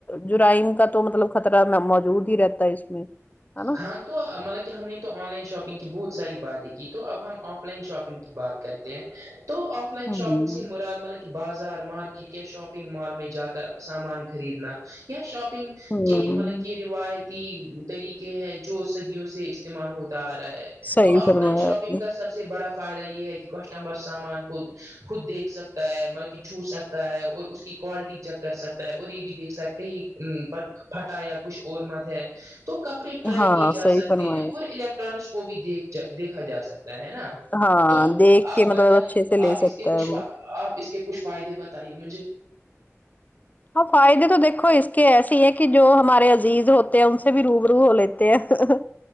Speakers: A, on the left (about 30°); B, on the right (about 85°).
A: جرائم کا تو مطلب خطرہ موجود ہی رہتا ہے اس میں ہے نا
B: ہاں تو مطلب کہ ہم نے تو آن لائن شاپنگ کی بہت ساری باتیں کی تو اب ہم آف لائن شاپنگ کی بات کرتے ہیں تو آف لائن
A: ہوں
B: شاپنگ سے مراد ملک بازار مارکیٹ یا شاپنگ مال میں جا کر سامان خریدنا یا شاپنگ
A: ہوں
B: کہ ملک کہ روایت تین طریقے ہے جو صدیوں سے استعمال ہوتا آ رہا ہے
A: صحیح
B: تو آف
A: فرمایا
B: لائن شاپنگ
A: آپ نے
B: کا سب سے بڑا فائدہ یہ ہے کہ کسٹمر سامان کو خود دیکھ سکتا ہے مطلب کہ چھو سکتا تا ہے اور اس کی کوالٹی چیک کر سکتا ہے اور یہ بھی دیکھ سکتے ہی پر پھٹایا کچھ اور مت ہے تو کپڑے ٹرائی
A: ہاں
B: کیے جا
A: صحیح
B: سکتے
A: فرمایا
B: ہیں اور الیکٹرانکس کو بھی دیکھ دیکھا جا سکتا ہے ہے نا
A: ہاں
B: تو
A: دیکھ کے
B: آپ
A: مطلب
B: بتائیے
A: اچھے سے لے
B: آپ اس
A: سکتا
B: کے کچھ
A: ہے
B: فا
A: وہ
B: آپ اس کے کچھ فائدے بتائیے مجھے
A: ہاں فائدے تو دیکو اس کے ایسے ہیں کہ جو ہمارے عزیز ہوتے ہیں ان سے بھی روب رو ہو لیتے ہیں